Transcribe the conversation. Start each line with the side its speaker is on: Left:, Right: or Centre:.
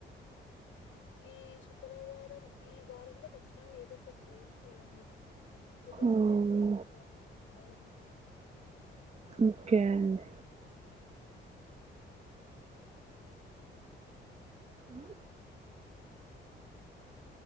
Left: ఈ శుక్రవారం ఈ వారంలో ఖచ్చితంగా ఏదో ఒకటి తెలుస్తది అండీ తెలిస్తే
Right: మ్మ్.
Left: పోవడం
Right: ఓకే అండి ఉ